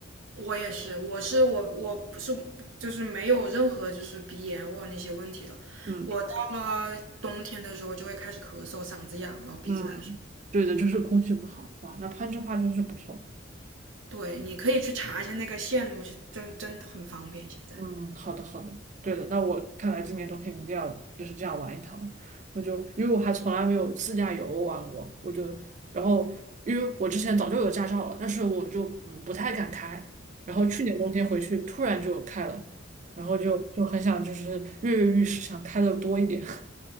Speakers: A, on the right (about 75°); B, on the right (about 40°).
A: 我也是，我是我我不是就是没有任何就是鼻炎或者那些问题的。
B: 嗯。
A: 我到了冬天的时候就会开始咳嗽，嗓子痒，然后鼻子难受。
B: 嗯，对的，就是空气不好哇，那攀枝花真是不错。
A: 对，你可以去查一下那个线路，是真真的很方便。现在
B: 嗯，好的好的，对的，那我看来今年冬天一定要就是这样玩一趟。我就因为我还从来没有自驾游玩过，我就然后因为我之前早就有驾照了，但是我就嗯不太敢开。然后去年冬天回去突然就开了，然后就就很想就是跃跃欲试，想开的多一点。<laughs>